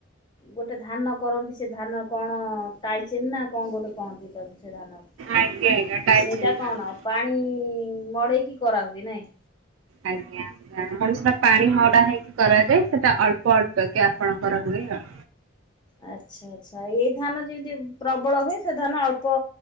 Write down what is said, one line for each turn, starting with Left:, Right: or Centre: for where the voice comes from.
Left: ଗୋଟେ ଧାନ କରନ୍ତି ସେ ଧାନ କଣ? ତାଇଚୀନ ନା କଣ ଗୋଟେ କହନ୍ତି ସେଟାକୁ, ସେ ଧାନ
Right: ଆଜ୍ଞା ଆଜ୍ଞା ଟାଇଟ୍
Left: ସେଇଟା
Right: ହେଇଥାନ୍ତା।
Left: କଣ? ପାଣି ମଡେଇକି କରାହୁଏ, ନାଇଁ
Right: ଆଜ୍ଞା। ରାଣ ସେଟା ପାଣି ମଡା ହେଇକି କରାଯାଏ। ସେଟା ଅଳ୍ପ ଅଳ୍ପ କେ ଆପଣଙ୍କର ହୁଏ। ଆଉ।
Left: ଆଚ୍ଛା ଆଚ୍ଛା। ଏଇ ଧାନ ଯେମିତି ପ୍ରବଳ ହୁଏ, ସେ ଧାନ ଅଳ୍ପ